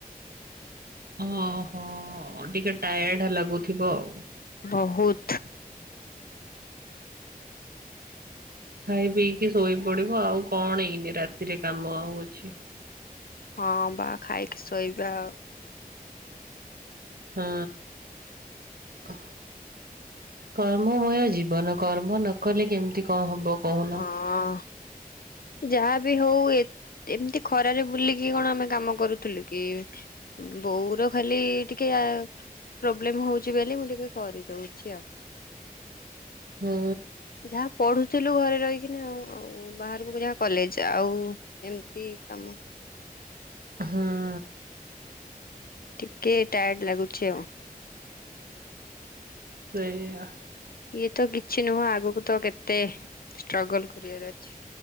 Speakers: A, on the right; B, on the left.
A: ଓହୋ ଟିକେ ଟାୟାର୍ଡ ଲାଗୁଥିବ ଆଉ।
B: ବହୁତ୍।
A: ଖାଇ ପିଇକି ଶୋଇ ପଡିବ ଆଉ କଣ ଏଇନି ରାତିରେ କାମ ଆଉ ଅଛି।
B: ହଁ ବାହା ଖାଇକି ଶୋଇବା ଆଉ।
A: ହଁ ହ। କର୍ମମୟ ଜୀବନ କର୍ମ ନ କଲେ କେମିତି କଣ ହବ କହୁନ।
B: ଆଉ ଯାହାବି ହଉ ଏ ଏମିତି ଖରାରେ ବୁଲିକି କଣ ଆମେ କାମ କରୁଥିଲୁ କି ବଉର ଖାଲି ଟିକେ ଆ ପ୍ରୋବ୍ଲେମ ହଉଛି ବୋଲି ମୁଁ ଟିକେ କରିଦଉଛି ଆଉ।
A: ହୁଁ
B: ଯାହା ପଢୁଥିଲୁ ଘରେ ରହିକିନା ଆଉ ଆଉ ବାହାରକୁ ଯାହା କଲେଜ ଯାଆଆଉଏମିତି କାମ
A: ହଁ।
B: ଟିକେ ଟାୟାର୍ଡ ଲାଗୁଚି ଆଉ
A: ସେଇଆ।
B: ଇଏ ତ କିଛି ନୁହଁ ଆଗକୁ ତ କେତେ ଷ୍ଟ୍ରଗଲ କରିବାର ଅଛି।